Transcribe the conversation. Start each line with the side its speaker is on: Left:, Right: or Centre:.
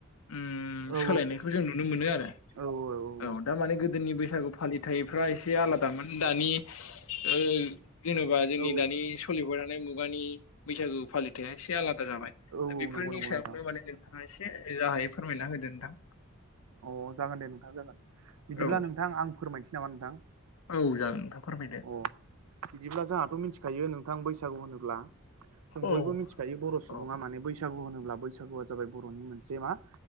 Left: उम
Right: औ
Left: सोलायनायखौ जों नुनो मोनो आरो।
Right: औ औ
Left: औ दामाने गोदोनि बैसागु फालिथायाइफ्रा एसे आलादा माने दानि ओ जेन'बा जोंनि
Right: औ
Left: दानि सोलिबाय थानाय थानाय मुगानि बैसागु फालिथाया एसे आलादा जाबाय
Right: औ
Left: दा बेफोरनि
Right: नंगौ नंगौ
Left: सायावनो
Right: नोंथां
Left: माने ओ एसे जाहायो फोरमायना होदो नोंथां।
Right: अ जागोन दे नोंथां जागोन। बिदिब्ला
Left: औ
Right: नोंथां आं फोरमायसै नामा नोंथां?
Left: औ जागोन नोंथां फोरमायदो।
Right: औ बिदिब्ला जोंहाथ' मिथिखायो नोंथां बैसागु होनोब्ला जों
Left: औ
Right: बयबो मिथि खायो बर' सुबुङा
Left: औ
Right: माने बैसागु होनोब्ला बैसागुआ जाबाय बर'नि मोनसे मा